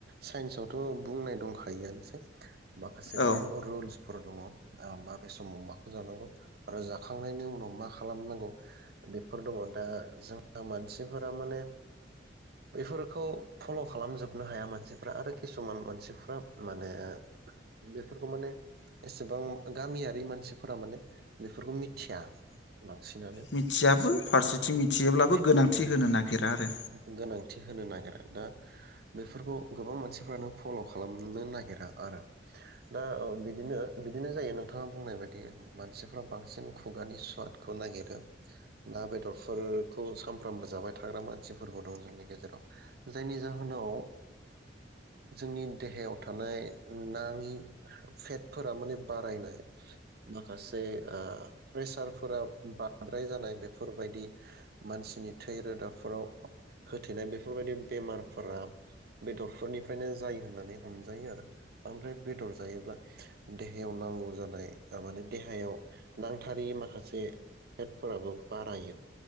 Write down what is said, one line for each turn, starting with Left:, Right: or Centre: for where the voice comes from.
Right: साइन्सआवथ' बुंनाय दंखायोआनोसै माखासे
Left: औ
Right: गोबां रुल्सफोर दङ' आ माबे समाव माखौ जानांगौ आरो जाखांनायनि उनाव मा खालामनांगौ बेफोर दङ' दा ज दा मानसिफोरा माने बेफोरखौ फल' खालामजोबनो हाया मानसिफ्रा आरो किसुमान मानसिफ्रा माने बेफोरखौ माने एसेबां गामियारि मानसिफोरा माने बेफोरखौ मिथिया बांसिनानो
Left: मिथियाबो फारसेथिं मिथियोब्लाबो
Right: उम
Left: गोनांथि होनो नागिरा आरो
Right: गो-गोनांथि होनो नागिरा दा बेफोरखौ गोबां मानस <unintelligible> फल' खालामनो नागिरा आरो दा औ बिदिनो बिदिनो जायो नोंथाङा बुंनाय बायदि मानसिफ्रा बांसिन खुगानि सुवादखौ नागिरो ना बेदरफोरखौ सानफ्रामबो जाबाय थाग्रा मानसिफोरबो दं जोंनि गेजेराव जायनि जाहोनाव जोंनि देहायाव थानाय नाङि फेटफोरा माने बारायनाय माखासे ओ प्रेसारफोरा बांद्राय जानाय बेफोरबायदि मानसिनि थै रोदाफोराव होथेनाय बेफोरबायदि बेमारफोरा बेदरफोरनिफ्राय जायो होननानै हमजायो आरो ओमफ्राय बेदर जायोब्ला देहायाव नांगौ जानाय माने देहायाव नांथारै माखासे फेटफोराबो बारायो